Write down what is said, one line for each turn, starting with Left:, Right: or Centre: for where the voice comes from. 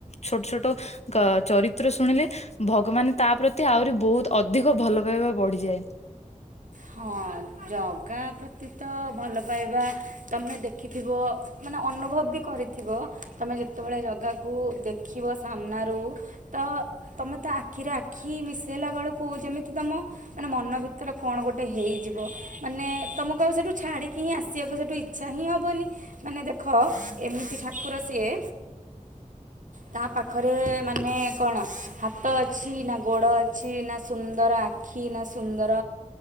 Left: ଛୋଟ ଛୋଟ କ ଚରିତ୍ର ଶୁଣିଲେ ଭଗବାନ ତା ପ୍ରତି ଆହୁରି ବହୁତ ଅଧିକ ଭଲ ପାଇବା ବଢିଯାଏ।
Right: ହଁ ଜଗା ପ୍ରତି ତ ଭଲ ପାଇବା ତୁମେ ଦେଖିଥିବ ମାନେ ଅନୁଭବ ବି କରିଥିବ ତୁମେ ଯେତେବେଳେ ଜାଗାକୁ ଦେଖିବ ସାମ୍ନାରୁ ତ ତମେ ତା ଆଖିରେ ଆଖି ମିଶାଇଲା ବେଳକୁ ଯେମିତି ତମ ମାନେ ମନ ଭିତରେ କଣ ଗୋଟେ ହେଇଯିବ ମାନେ ତମକୁ ଆଉ ସେଠୁ ଛାଡିକି ହିଁ ଆସିବାକୁ ସେଠୁ ଇଚ୍ଛା ହିଁ ହବନି ମାନେ ଦେଖ ଏମିତି ଠାକୁର ସିଏ ତା ପାଖରେ ମାନେ କଣ ହାତ ଅଛି ନା ଗୋଡ ଅଛି ନା ସୁନ୍ଦର ଆଖି ନା ସୁନ୍ଦର